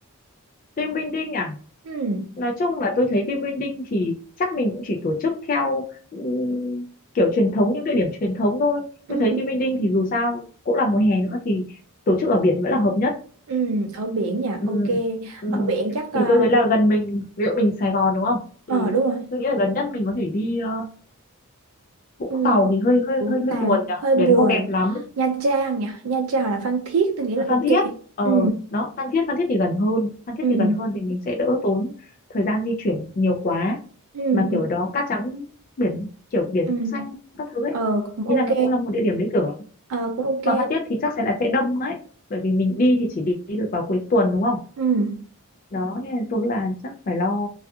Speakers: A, on the left (about 40°); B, on the right (about 75°).
A: Team building à?
B: Ừ.
A: Nói chung là tôi thấy team building thì chắc mình cũng chỉ tổ chức theo ừm, kiểu truyền thống những địa điểm truyền thống thôi.
B: Ừ.
A: Tôi thấy team building thì dù sao cũng là mùa hè nữa thì tổ chức ở biển vẫn là hợp nhất.
B: Ừ, ở biển nha.
A: Ừ.
B: Ok.
A: Ừ.
B: Ở biển chắc ờ
A: Thì tôi thấy là gần mình, ví dụ mình Sài Gòn đúng không?
B: ờ,
A: Thì
B: đúng rồi.
A: tôi nghĩ là gần nhất mình có thể đi ờ, Vũng
B: Ừ.
A: Tàu thì hơi hơi
B: Vũng
A: hơi hơi
B: Tàu
A: buồn nhỉ,
B: hơi
A: biển
B: buồn.
A: không đẹp lắm
B: Nha Trang nha, Nha Trang hoặc là Phan Thiết tôi nghĩ là
A: Phan
B: ok.
A: Thiết ờ
B: Ừ.
A: đó Phan Thiết Phan Thiết thì gần hơn Phan Thiết
B: Ừ.
A: thì gần hơn thì mình sẽ đỡ tốn thời gian di chuyển nhiều quá
B: Ừ.
A: mà
B: Ừ.
A: kiểu đó cát trắng biển kiểu biển
B: Ừ.
A: xanh các thứ ấy
B: Ờ cũng ok.
A: ý là nó cũng là một địa điểm lý tưởng
B: Ờ cũng ok.
A: mà Phan Thiết thì chắc sẽ là sẽ đông đấy bởi vì mình đi thì chỉ đi, đi được vào cuối tuần đúng không
B: Ừ.
A: đó nên là tôi là chắc phải lo